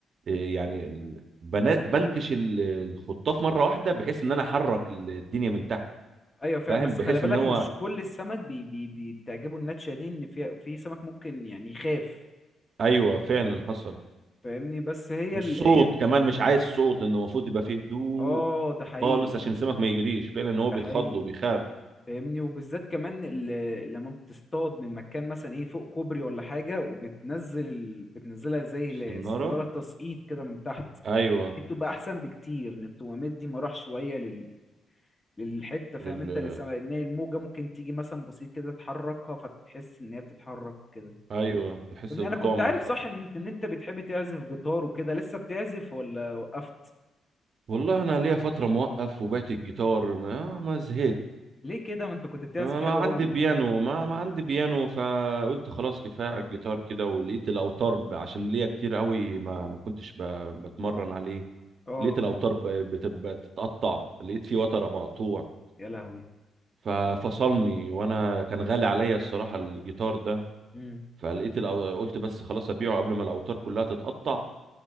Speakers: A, on the right; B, on the left.
A: إيه يعني ال- بنا- بنتش ال- الخطاف مره واحده بحيث ان انا احرك ال- الدنيا من تحت
B: ايوه فاهم
A: فاهم
B: بس
A: بحيث
B: خلي بالك
A: ان هو
B: مش كل السمك بي بي بي بتعجبه النتشه دي ان في في سمك ممكن يعني يخاف
A: ايوه فعلا حصل
B: فاهمني بس هي
A: والصوت
B: ال هي ال
A: كمان مش عايز صوت انه المفروض يبقى فيه هدوء
B: اه ده حقيقي
A: خالص عشان السمك ما يجريش فعلا ان هو
B: ده
A: بيخض
B: حقيقي
A: وبيخاف
B: فاهمني وبالذات كمان ال- لما بتصطاد من مكان مثلا ايه فوق كوبري ولا حاجة وبتنزل ال... بتنزلها زي ال-
A: السناره
B: السنارة التسقيط كده من تحت
A: ايوه
B: دي بتبقى احسن بكتير ان التومات دي مراح شوية لل... للحتة فاهم
A: لل...
B: انت اللي سما... ان هي الموجة ممكن تيجي مثلا بسيط كده تحركها فتحس ان هي بتتحرك وكده
A: ايوه تحس
B: فاهمني
A: بالطعم
B: انا كنت عارف
A: اتحرك
B: صح ان انت إن إنت بتحب تعزف جيتار وكده لسه بتعزف ولا وقفت
A: والله انا ليا فتره موقف وبعت الجيتار ما, ما زهقت
B: ليه كده ما انت كنت بتعزف
A: ما,
B: حلو
A: ما عندي
B: قوي
A: بيانو ما, ما عندي بيانو فقلت خلاص كفايه على الجيتار كده ولقيت الاوتار ب- عشان ليا كتير قوي ما ما كنتش ب... بتمرن عليه
B: اه
A: لقيت الاوتار ب... بت... بتتقطع لقيت فيه وتر مقطوع
B: يا لهوي
A: ففصلني وانا كان غالي عليا الصراحه الجيتار ده
B: امم
A: فلقيت الأو... قلت بس خلاص ابيعه قبل ما الاوتار كلها تتقطع